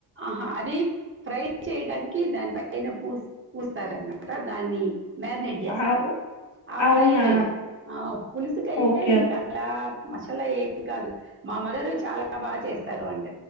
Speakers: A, on the right; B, on the left.
A: ఆహా అది ఫ్రై చేయడానికి దానిపైనా పూ పూస్తారనమాట దాన్ని మ్యాగ్నేట్ చేస్తారు
B: ఆ!
A: ఆ
B: అవునా?
A: ఫ్రై వేరు ఆ పులుసుకయితే
B: ఓకే.
A: ఇంకా
B: ఓకే.
A: అలా మసాలా ఏమి కాదు మా మాదరు చాలా బాగా చేస్తారు అండి.